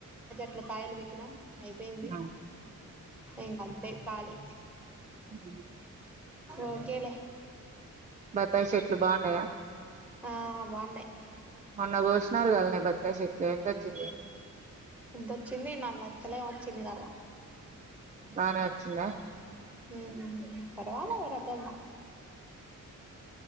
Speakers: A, in the centre; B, on the right.
A: ఇట్ల కాయలు వీకినాం అయిపోయింది
B: ఉమ్
A: ఇంకా అంతే ఖాళీ
B: అహా
A: ఓకేలే
B: బత్తాయి చెట్లు బాగుండయా
A: ఆ బాగున్నాయ్
B: మొన్న కోసినారుగాల్నే బత్తాయి చెట్లు ఎంతొచ్చింది
A: ఇంతొచ్చింది నాలుగు లక్షలేం వచ్చింది కదా
B: బానే వచ్చిందా
A: ఊ ఊ పర్వాలే ఓ రకంగా